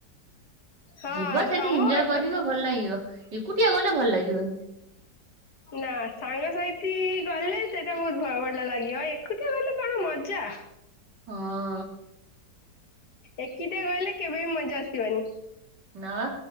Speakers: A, on the left (about 65°); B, on the right (about 80°).
A: ହଁ
B: ଯିବ ସେଠି
A: ତମ
B: ଇଞ୍ଜୟ କରିବ
A: ତ
B: ଭଲ ଲାଗିବ ଏକୁଟିଆ ଗଲେ ଭଲ୍ ଲାଗିବନି।
A: ନା ସାଙ୍ଗସାଥି ଗଲେ ସେଇଟା ବହୁତ୍ ଭଲ ଲାଗିବ ଏକୁଟିଆ ଗଲେ କଣ ମଜା।
B: ହଁ।
A: ଏକିଟା ଗଲେ କେବେ ବି ମଜା ଆସିବାନି।
B: ନା ବା